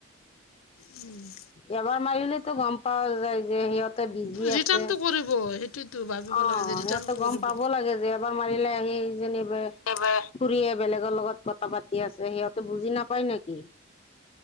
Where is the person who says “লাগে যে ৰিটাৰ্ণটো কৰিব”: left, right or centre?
Left